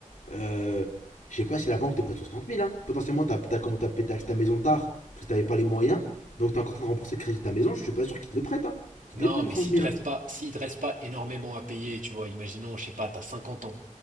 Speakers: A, on the left; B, on the right.
A: Euh, je sais pas si la banque te prête 60 000. Hein. Potentiellement, t'as as, acheté ta maison tard parce que t'avais pas les moyens. Donc t'es encore en train de rembourser le crédit de ta maison. Je suis pas sûr qu'ils te le prêtent. Hein. Qu'ils
B: Non,
A: te les prêtent 60
B: mais s'il
A: 000.
B: te reste
A: Hein.
B: pas, s'il te reste pas énormément à payer, tu vois, imaginons, je sais pas, t'as 50 ans.